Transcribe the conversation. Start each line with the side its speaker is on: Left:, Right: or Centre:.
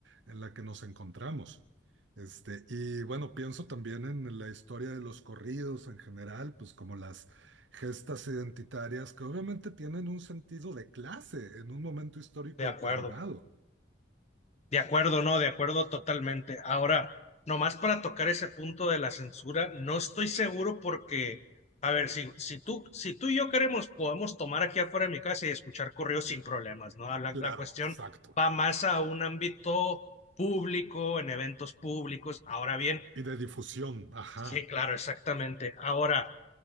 Right: en la que nos encontramos. Este, y bueno, pienso también en la historia de los corridos en general, pues como las gestas identitarias que obviamente tienen un sentido de clase en un momento histórico
Left: de acuerdo.
Right: determinado.
Left: De acuerdo, no, de acuerdo totalmente. Ahora, nomás para tocar ese punto de la censura, no estoy seguro porque, a ver, si, si tú, si tú y yo queremos, podemos tomar aquí afuera de mi casa y escuchar correos sin problemas, ¿no? La,
Right: Claro,
Left: la cuestión
Right: exacto.
Left: va más a un ámbito público, en eventos públicos. Ahora bien,
Right: Y de difusión, ajá,
Left: sí, claro, exactamente. Ahora,